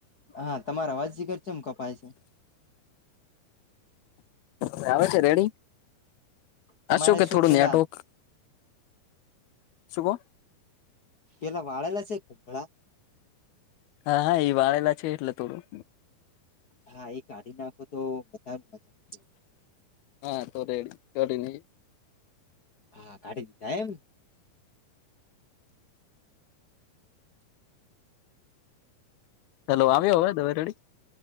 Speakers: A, on the left (about 30°); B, on the left (about 80°).
A: હા તમારા અવાજજીગર છે એમ કપાય છે
B: વે આવે છે રેડી
A: તમારે
B: હશો કે
A: શું
B: થોડું
A: પેલા
B: નેટવર્ક શુંગહ
A: પેલા વાળલા છે ખળ
B: હા હા એ વાળેલા છે એટલે થોડું
A: હા એ કાઢી નાખો તો વધારે મજા આવશે
B: હા તોરે એડી કઢ ન
A: હા કાઢી દીધ એમ
B: હેલો આવ્યોવે દવે રડી